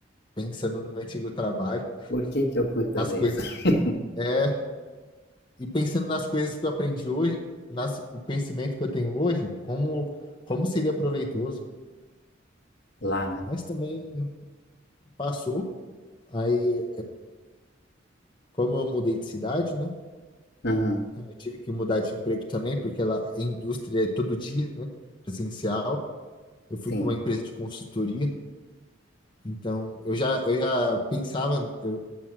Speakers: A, on the left; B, on the left.
A: pensando no meu antigo trabalho,
B: Por que que eu fui fazer
A: nas coisas.
B: isso? <laughs>
A: É, e pensando nas coisas que eu aprendi hoje, nas, o conhecimento que eu tenho hoje, como, como seria proveitoso.
B: Lá, né?
A: Mas também passou. Aí, como eu mudei de cidade, né?
B: Uhum,
A: Eu tive que mudar de emprego também, porque ela, a indústria é todo dia, né? Presencial. Eu fui
B: sim.
A: para uma empresa de consultoria. Então, eu já, eu já pensava, eu,